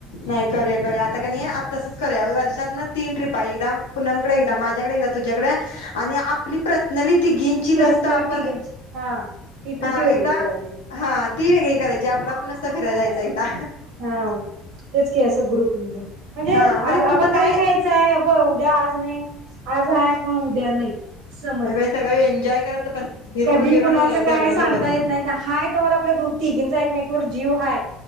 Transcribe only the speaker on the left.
नाही करूया करूया आता कणी आत्ता तसंच करूया वर्षात म तीन ट्रिपा एकदम पुन्हा म परत एकदा माझ्याकडे एकदा तुझ्याकड आणि आ प्रि पर्सनली तिघींची नुसतं
आपण
हा
एकदा
हा ती वेगळी करायची आपल आपूण नुसत फिरायला जायचं. ते एकदा
हा
कुठ
तरी
हे बाई सगळं एन्जॉय करत बस फिरून
बिरून
जगलेलं
बरं